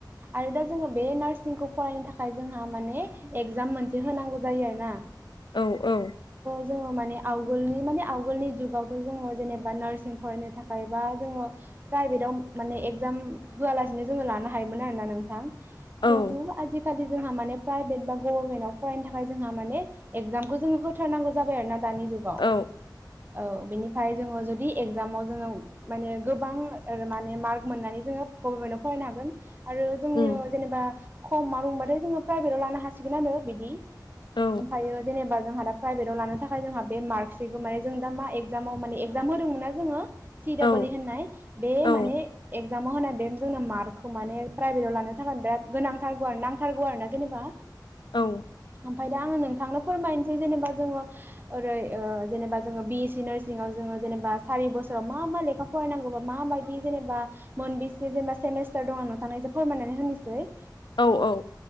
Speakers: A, on the right (about 25°); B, on the left (about 85°).
A: आरो दा जोंङो बे नार्सिंखौ फरायनो थाखाय जोंहा माने एगजाम मोनसे दि होनांगौ जायो आरोना
B: औ औ
A: जोंङो माने आवगोलनि माने आवगोलनि जुगावथ' जोंङो जेनेबा नार्सिं फरायनो थाखाय बा जोंङो प्राइभेटाव माने एगजाम होआलासिनो जोंङो लानो हायोमोन आरोना नोंथां
B: औ
A: खिन्थु आजि खालि जोंहा माने प्राइभेट बा गभारमेन्टआव फरायनो थाखाय जोंहा माने एगजामखौ जोंङो होथारनांगौ जाबाय आरो ना दानि जुगाव
B: औ
A: औ बिनि ओमफ्राय जोंङो जुदि एगजामाव जोंङो माने गोबां माने मार्क मोननानै जोंङो गभरमेन्टआव फरायनो हागोन आरो जोंनियाव
B: उम
A: जेनेबा खम मार्क मोनबाथाय जोंङो प्राइभेटाव लानो हासिगोन आरो बिदि ओमफायो
B: औ
A: जेने होमबा जोंहा दा प्राइभेटाव लानो थाखाय जोंहा बे मार्क सिखौ माने जों दा मा एकजामाव माने एक्जाम होदोंमोनना जोंङो सि
B: औ
A: डाबल इ होननाय बे
B: औ
A: माने एगजामाव होनाय बे जोंनो मार्कखौ माने प्राइभेटाव लानो थाखायनो बिराद गोनांथारगौ आरो नांथारगौ आरोना जेनेबा
B: औ
A: ओमफ्राय दा आंङो नोंथांनो फोरमायनोसै जेनेबा जोंङो ओरै ओ जेनेबा जोंङो बि ए सि नार्सिंआव जोंङो जेनेबा सारि बोसोराव मा मा लेखा फरायनांगौबा माबायदि जेनेबा मोनबेसे जेनेबा सेमेस्टार दं आं नोंथांनो एसे फोरमायनानै होनोसै
B: औ औ